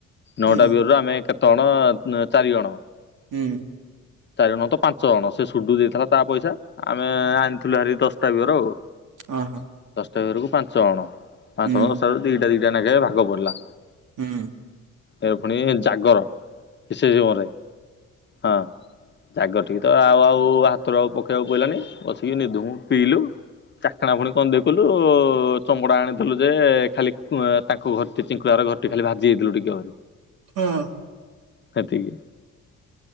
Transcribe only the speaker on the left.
ନଅଟା ବିଅର ରୁ ଆମେ କେତେ ଜଣ ଚାରି ଜଣ।
ଚାରି ଜଣ ନୁହଁ ତ ପାଞ୍ଚ ଜଣ ସେ ସୁଡୁ ଦେଇଥିଲା ତା ପଇସା ଆମେ ଆଣିଥିଲୁ ହାରି ଦଶଟା ବିଅର ଆଉ।
ଦଶଟା ବିଅରକୁ ପାଞ୍ଚ ଅଣ, ପାଞ୍ଚ
ଅଣ ଦଶଟା ଦିଟା ଦିଟା ନେଖ ଭାଗ ପଡିଲା।
ଏ ପୁଣି ଜାଗର ସେ ସମୟରେ ହଁ। ଜାଗର ଟିକ ତ ଆଉ ଆଉ ହାତରୁ ଆଉ ପକେଇବାକୁ ପଇଲାନି ବସିକି ନିଧୁମୁ ପିଇଲୁ। ଚାଖଣା ପୁଣି କଣ ଦେଖଲୁ ଚମଡ଼ା ଆଣିଥିଲୁ ଯେ ଖାଲି ତାଙ୍କ ଘରଟି ଚିଙ୍କୁଡ଼ାର ଘରଟି ଖାଲି ଭାଜିଯାଇଥିଲୁ ଟିକେ ଆଉ
ହେତିକି।